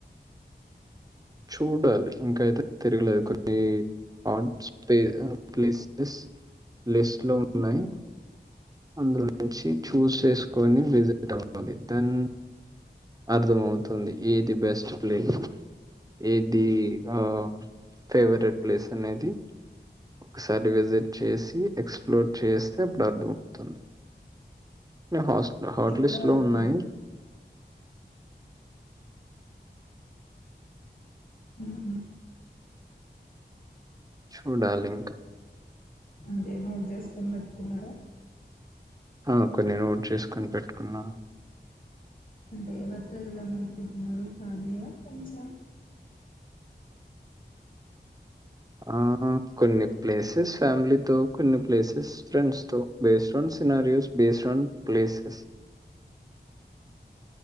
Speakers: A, on the right; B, on the left.
A: చూడాలి ఇంకాయితే తిరగలేదు. కొన్ని హట్ స్పేస్ ప్లేసెస్ లిస్ట్ లో ఉన్నాయి. అందులో నుంచి చూస్ చేసుకొని విజిట్ అవ్వాలి. దెన్ అర్థంమవుతుంది ఏది బెస్ట్ ప్లేస్ ఏది ఆహ్ ఫేవరెట్ ప్లేస్ అనేది. ఒకసారి విజిట్ చేసి ఎక్స్ప్లోర్ చేస్తే అప్పుడు అర్థంమవుతుంది. హాస్ హాట్లిస్ట్
B: ఇప్పటి వరకు
A: లో ఉన్నాయి.
B: ఉహ్ హు
A: చూడాలి ఇంకా
B: అంటే నే జస్ట్ పొమ్మంటున్నారా
A: ఆ కొన్ని నోట్ చేసుకొని పెట్ కున్న
B: అంటే ఎవరితో వెళ్ళామనుకుంటున్నారు ఫ్యాలియా, ఫ్రెండ్స
A: ఆ కొన్ని ప్లేసెస్ ఫ్యామిలీతో కొన్ని ప్లేసెస్ ఫ్రెండ్స్ తో based on scenarios based on places